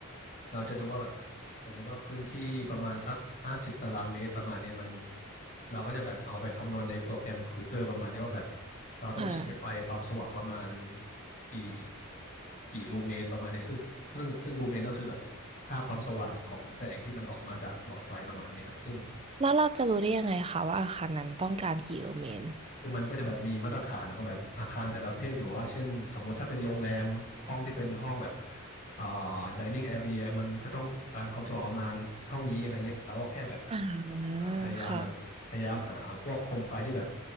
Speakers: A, on the left; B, on the right.
A: เราจะดูว่าแบบสมมุติว่าพื้นที่ประมาณสักห้าสิบตารางเมตรประมาณเนี้ยมันเราก็จะแบบเอาไปคำนวณในโปรแกรมคอมพิวเตอร์ประมาณเนี้ยว่าแบบเราต้องใช้ไฟความสว่างประมาณ
B: ค่ะ
A: กี่กี่ลูเมนประมาณเนี้ยซึ่งซึ่งซึ่งลูเมนก็คือแบบค่าความสว่างของแสงที่มันออกมาจากหลอดไฟประมาณเนี้ยครับซึ่ง
B: แล้วเราจะรู้ได้ยังไงคะว่าอาคารนั้นต้องการกี่โลเมตร
A: คือมันก็จะแบบมีมาตรฐานของแบบอาคารแต่ละประเภทอยู่ว่าเช่นสมมุติถ้าเป็นโรงแรมห้องที่เป็นห้องแบบอ่า dining area มันจะต้องการความสว่างประมาณเท่านี้อะไรเงี้ยเราก็แค่แบบ
B: อ่า
A: อ่าพยายามแบบพยายามหาพวกโคมไฟที่แบบ
B: ค่ะ